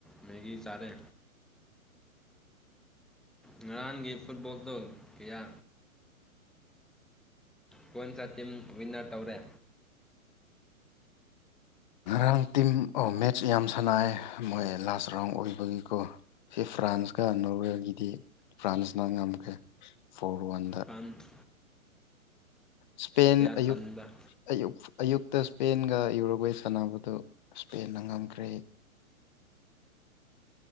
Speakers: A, in the centre; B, on the left (about 30°).
A: ꯃꯦꯒꯤ ꯆꯥꯔꯦ ꯉꯔꯥꯡꯒꯤ ꯐꯨꯠꯕꯣꯜꯗꯣ ꯀꯌꯥ ꯀꯣꯏꯟ ꯁꯇꯤꯝ ꯋꯤꯟꯅꯔ ꯇꯧꯔꯦ
B: ꯉꯔꯥꯡ ꯇꯤꯝ ꯑꯣ ꯃꯦꯠꯆ ꯌꯥꯝ ꯁꯥꯟꯅꯑꯦ ꯃꯣꯏ ꯂꯥꯁ ꯔꯥꯎꯟ ꯑꯣꯏꯕꯒꯤꯀꯣ ꯁꯤ ꯐ꯭ꯔꯥꯟꯁꯀ ꯅꯣꯔꯋꯦꯒꯤꯗꯤ ꯐ꯭ꯔꯥꯟꯁꯅ ꯉꯝꯈ꯭ꯔꯦ ꯐꯣꯔ ꯋꯥꯟ
A: ꯐ꯭ꯔꯥꯟꯠ
B: ꯁꯄꯦꯟ ꯑꯌꯨꯛ
A: ꯆꯟꯕ
B: ꯑꯌꯨꯛ ꯑꯌꯨꯛꯇ ꯁ꯭ꯄꯦꯟꯒ ꯌꯨꯔꯣꯒ꯭ꯋꯦ ꯁꯥꯟꯅꯕꯗꯨ ꯁꯄꯦꯟꯅ ꯉꯝꯈ꯭ꯔꯦ